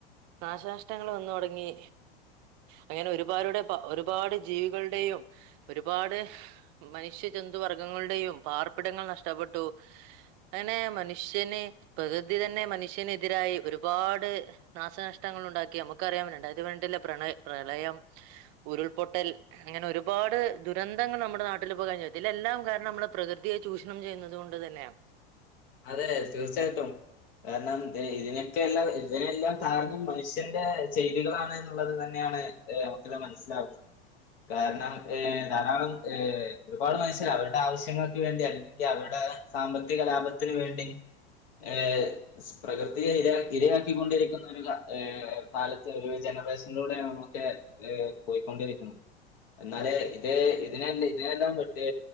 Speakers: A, on the right; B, on the left.
A: നാശനഷ്ടങ്ങൾ വന്ന് തൊടങ്ങി അങ്ങനെ ഒരുപാരുടെ ഒരുപാട് ജീവികളുടെയും ഒരുപാട് മനുഷ്യജന്തു വർഗ്ഗങ്ങളുടെയും പാർപ്പിടങ്ങൾ നഷ്ടപ്പെട്ടു അങ്ങനെ മനുഷ്യന് പ്രകൃതി തന്നെ മനുഷ്യനെതിരായി ഒരുപാട് നാശനഷ്ടങ്ങൾ ഉണ്ടാക്കി നമ്മക്കറിയാം രണ്ടായിരത്തി പതിനെട്ടിലെ പ്രയ പ്രളയം ഉരുൾപൊട്ടൽ അങ്ങനെ ഒരുപാട് ദുരന്തങ്ങൾ നമ്മുടെ നാട്ടിൽപ്പൊ കഴിഞ്ഞു ഇതിലെല്ലാം കാരണം നമ്മളെ പ്രകൃതിയെ ചൂഷണം ചെയ്യുന്നുന്നത് കൊണ്ട് തന്നെയാണ്
B: <inaudible> അതെ തീർച്ചയായിട്ടും കാരണം ഇത് ഇതിനൊക്കെ എല്ലാം ഇതിനെല്ലാം കാരണം മനുഷ്യന്റെ ചെയ്തികളാണ് എന്നുള്ളത് തന്നെയാണ് നമുക്കെല്ലാം മനസ്സിലാവുന്നത് കാരണം ഏഹ് ധാരാളം ഏഹ് ഒരുപാട് മനുഷ്യർ അവരുടെ ആവശ്യങ്ങൾക്ക് വേണ്ടി അല്ലെങ്കി അവരുടെ സാമ്പത്തിക ലാഭത്തിന് വേണ്ടി ഏഹ് പ്രകൃതിയെ ഇ ഇരയാക്കിക്കൊണ്ടിരിക്കുന്ന ഒരു പാലത്തെ കാലത്ത് ഒരു ജനറേഷനിലൂടെ നമുക്ക് പോയിക്കൊണ്ടിരിക്കണ്ട് എന്നാല ഇത് ഇതിനല്ല ഇതിനെല്ലാം മറ്റേ